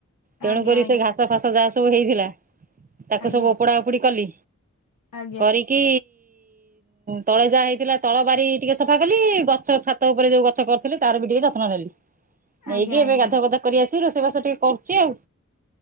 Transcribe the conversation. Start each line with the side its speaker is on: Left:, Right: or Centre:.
Right: ତେଣୁକରି
Left: ଆଜ୍ଞା
Right: ସେ ଘାସ ଫାସ ଯାହା ସବୁ ହେଇଥିଲା ତାକୁ
Left: ଆଜ୍ଞା
Right: ସବୁ
Left: ଆଜ୍ଞା
Right: ଓପଡା ଓପୁଡି କଲି।
Left: ଆଜ୍ଞା ଆଜ୍ଞା
Right: କରିକି ତଳେ ଯାହା ହେଇଥିଲା ତଳ ବାରି ଟିକେ ସଫା କଲି। ଗଛ ଛାତ ଉପରେ ଯୋଉ ଗଛ କରିଥିଲି ତାର ବି ଟିକେ ଯତ୍ନ ନେଲି, ନେଇକି
Left: ଆଜ୍ଞା
Right: ଏବେ ଗାଧୁଆ ପାଧୁଆ କରି ଆସିି ରୋଷେଇ ବାସ ଟିକେ କରୁଚି ଆଉ।